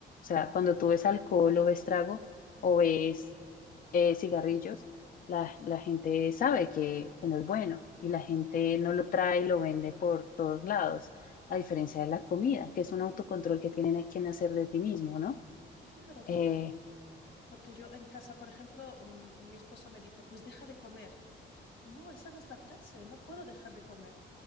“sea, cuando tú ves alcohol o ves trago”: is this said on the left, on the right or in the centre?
Left